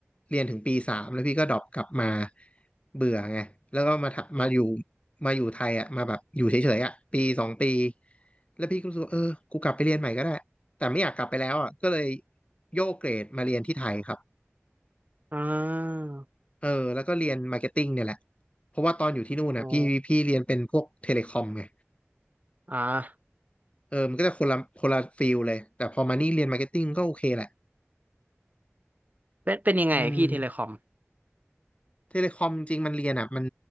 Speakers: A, on the left; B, on the right.
A: เรียนถึงปีสามแล้วพี่ก็ดรอปกลับมาเบื่อไงแล้วก็มาทำมาอยู่มาอยู่ไทยอ่ะมาแบบอยู่เฉยๆอ่ะปีสองปีแล้วพี่ก็รู้สึกว่าเออกูกลับไปเรียนใหม่ก็ได้แต่ไม่อยากกลับไปแล้วอ่ะก็เลยโยกเกรดมาเรียนที่ไทยครับ
B: อ่า
A: เออแล้วก็เรียนมาร์เก็ตติ้งเนี่ยแหละเพราะว่าตอนอยู่ที่นู่นนะพี่พี่เรียนเป็นพวกเทเลคอมไง
B: โอ้อ่า
A: เออมันก็จะคนละคนละฟิลเลยแต่พอมานี่เรียนมาร์เก็ตติ้งก็โอเคแหละ
B: เป็นเป็นยังไงพี่เทเลคอม
A: อืมเทเลคอมจริงๆมันเรียนอ่ะมัน